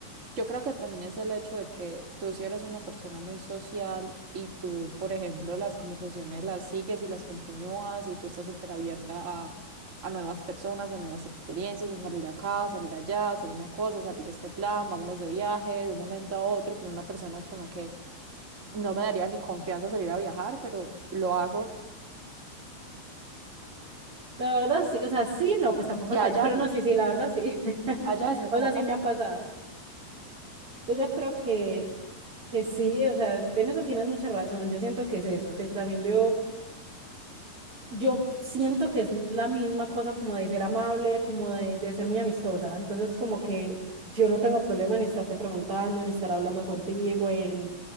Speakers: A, on the right (about 65°); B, on the right (about 35°).
A: Yo creo que también es el hecho de que tú si eres una persona muy social y tú, por ejemplo, las conversaciones las sigues y las continúas y tú estás súper abierta a, a nuevas personas, a nuevas experiencias, a salir acá, a salir allá, a hacer una cosa, a salir a este plan, vámonos de viaje de un momento a otro con una persona con la que no me daría ni confianza salir a viajar, pero lo hago
B: La verdad sí, o sea, sí, no, pues tampoco
A: y
B: hasta
A: allá
B: allá, pero
A: no,
B: no, sí, sí, la verdad sí. <laughs>
A: allá eso no
B: O sea,
A: va a pasar.
B: sí me ha pasado. Entonces yo creo que, que sí, o sea, en eso tienes mucha razón, yo siento que es eso, que también yo, yo siento que es la misma cosa como de ser amable, como de, de ser muy amistosa, entonces como que yo no tengo problema en estarte preguntando, en estar hablando contigo, en